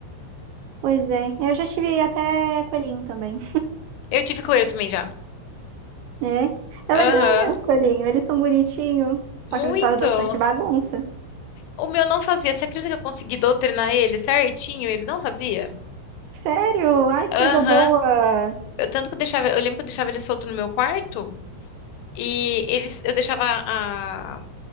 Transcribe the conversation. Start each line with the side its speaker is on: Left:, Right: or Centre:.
Right: pois é. Eu já tive até coelhinho também.
Left: Eu tive coelho também já.
Right: É. É
Left: Aham.
Right: legal, né, os coelhinhos? Eles são bonitinhos.
Left: Muito.
Right: Só que eles fazem bastante bagunça.
Left: O meu não fazia. Você acredita que eu consegui doutrinar ele certinho? Ele não fazia?
Right: Sério? Ai,
Left: Aham.
Right: coisa boa.
Left: Eu tanto que eu deixava, eu lembro que eu deixava ele solto no meu quarto e eles, eu deixava a,